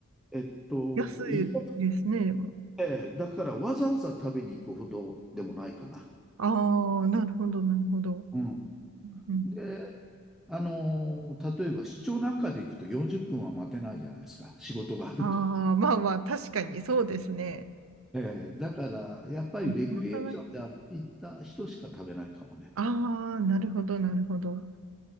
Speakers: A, in the centre; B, on the right (about 75°).
A: えっと、
B: 安いですね、
A: 行ったとこ
B: でも。
A: で、だからわざわざ食べに行くほどでもないかな。
B: ああ、なるほど、なるほど。
A: うん。
B: うん。
A: で、あのー、例えば出張なんかで行くと40分は待てないじゃないですか。仕事があると。
B: ああ、まあまあ、確かにそうですね。
A: ええだから、やっぱりレクリエーションで行った人しか食べないかもね。
B: あ地元の人。ああ、なるほど、なるほど。